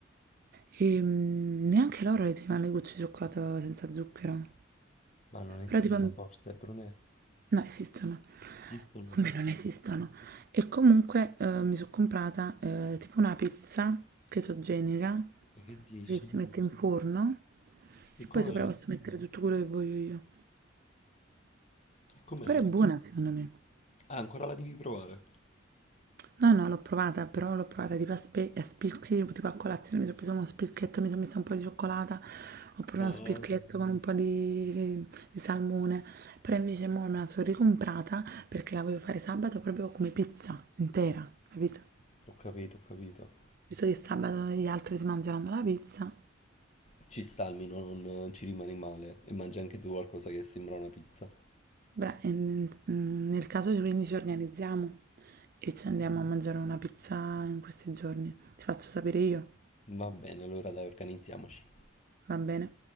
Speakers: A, on the right; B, on the left.
A: E mm, neanche loro le ti fanno le gocce di cioccolato senza zucchero.
B: Ma non esistono
A: Però tipo
B: forse, Brunè?
A: No, esistono.
B: Esistono.
A: Come non esistono? E comunque, ehm, mi so' comprata, ehm, tipo una pizza chetogenica
B: Ma che dici?
A: che si mette in forno
B: E
A: e
B: com'è?
A: poi sopra posso mettere tutto quello che voglio io.
B: E com'è?
A: Però è buona secondo me.
B: Ah, ancora la devi provare.
A: No, no, l'ho provata, però l'ho provata tipo a, spe- a spicchi, tipo a colazione, mi sono preso uno spilchetto, mi sono messa un po' di cioccolata, ho preso
B: Ah.
A: uno spilchetto con un po' di, di salmone, però invece mo me la sono ricomprata perché la voglio fare sabato proprio come pizza intera, capito?
B: Ho capito, ho capito.
A: visto che sabato gli altri si mangeranno la pizza,
B: Ci sta almeno, non ci rimani male. E mangi anche tu qualcosa che sembra una pizza.
A: beh, in- in- mm, nel caso quindi ci organizziamo e ci andiamo a mangiare una pizza in questi giorni. Ti faccio sapere io,
B: Va bene, allora dai, organizziamoci.
A: va bene?